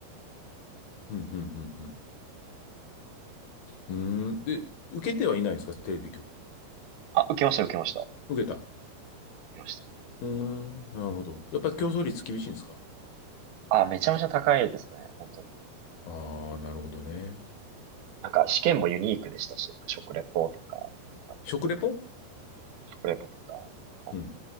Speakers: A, on the left (about 65°); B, on the right (about 70°).
A: うん、うん、うん、うん。うーん。で、受けてはいないんですかテレビ局。
B: あ、受けました、受けました。受
A: 受けた。
B: けました。
A: うーん、なるほど。やっぱり競争率厳しいんですか
B: あ、めちゃめちゃ高いですね、本当に。
A: ああー、なるほどね。
B: なんか試験もユニークでしたし、なんか食レポとか、あと
A: 食レポ
B: 食レポとか、あの
A: うん。